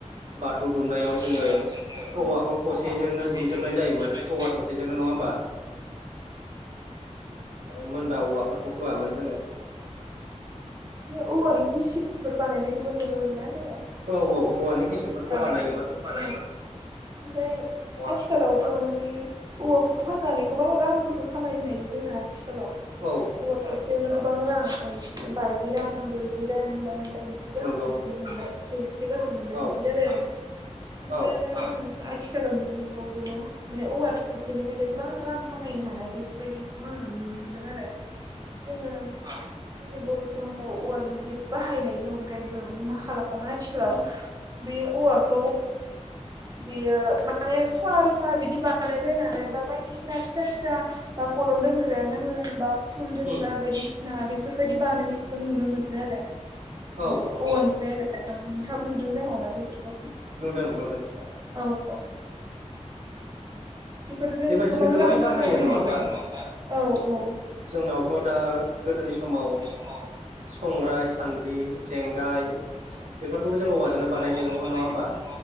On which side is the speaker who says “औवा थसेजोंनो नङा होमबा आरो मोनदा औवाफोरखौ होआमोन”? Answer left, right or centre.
Right